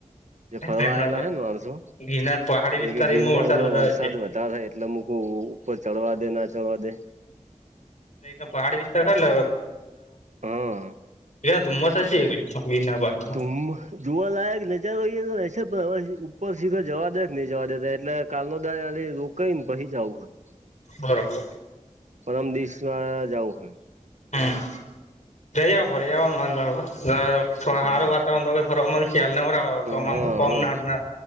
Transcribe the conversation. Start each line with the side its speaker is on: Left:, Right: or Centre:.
Right: જે ફરવા
Left: હમ
Right: આવેયેલા હ ને માણસો
Left: ગિરનાર પહાડી
Right: એ
Left: વિસ્તાર
Right: કે ગિરનારમાં
Left: એમાં વધારે
Right: વરસાદ
Left: છે
Right: વધે થાય એટલે મ કહ ઉપર ચડવા દે ના ચડવા દે
Left: અ પહાડી વિસ્તારાર એ
Right: હા
Left: તુંમ સ એ હ એનાવાા
Right: તમ જોવાલાયક નજારો હોઈ એ તો છે પણ હવે ઉપર સીખર જવા દે કે નહી જવા દેતા એટલે કાલદા રોકાઈ ને પછી જવું હો
Left: બરોબર
Right: પરમ દશ વા જવું હ
Left: હમ જઈ ભર આવ મા જા સારું
Right: હે હમ
Left: વાતાવરણ તોઈ ફર ખલ ન તો તમામ
Right: હા
Left: કોમ ના